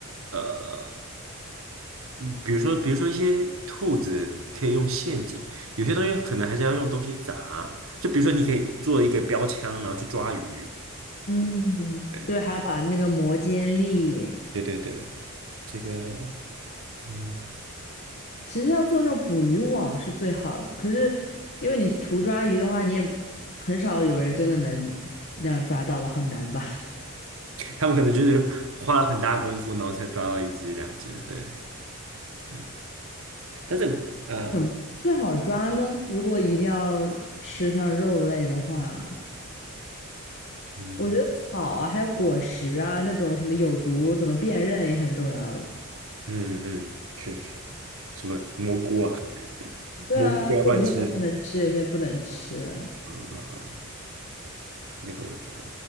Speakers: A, on the right; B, on the left.
A: 呃，嗯比如说，比如说一些兔子可以用陷阱，有些东西可能还是要用东西砸。就比如说，你可以做一个标枪，然后去抓鱼。
B: 嗯，
A: 对，
B: 对，还要把那个磨尖利，
A: 对对对，这个。嗯。
B: 其实要做那种捕鱼网是最好的，可是因为你图抓鱼的话，你也很少有人真的能那样抓到吧，很难吧？<laughs>
A: 他们可能就是花了很大功夫，然后才抓到一只两只，对，嗯，但是呃，
B: 什么最好抓呢？如果一定要吃上肉类的话，
A: 嗯
B: 我觉得草啊，还有果实啊，那种什么有毒怎么辨认也很重要。
A: 嗯嗯，确实，什么蘑菇啊，
B: 对啊，
A: 蘑菇不要乱吃，
B: 就有些蘑菇能吃，有些不能吃，
A: 嗯，那个我也不会，